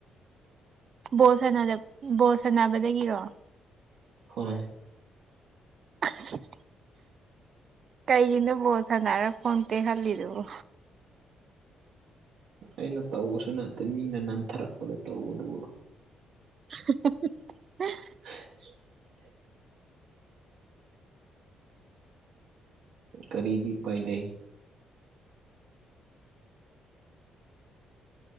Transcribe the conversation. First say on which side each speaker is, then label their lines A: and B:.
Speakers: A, on the right; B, on the right.
A: ꯕꯣꯜ ꯁꯥꯟꯅ ꯕꯣꯜ ꯁꯥꯟꯅꯕꯗꯒꯤꯔꯣ
B: ꯍꯣꯏ
A: <unintelligible> ꯀꯩꯒꯤꯅꯕꯨꯣꯠ ꯁꯥꯟꯅꯔ ꯈꯣꯡꯗꯦ ꯈꯜꯂꯤꯗꯨꯕꯣ
B: ꯑꯩꯅ ꯇꯧꯕꯁꯨ ꯅꯠꯇꯦ ꯃꯤꯅ ꯅꯟꯊꯔꯛꯄꯗ ꯇꯧꯕꯗꯨꯕꯨ
A: <unintelligible>
B: <unintelligible> ꯀꯔꯤꯗꯤ ꯄꯥꯏ ꯂꯩ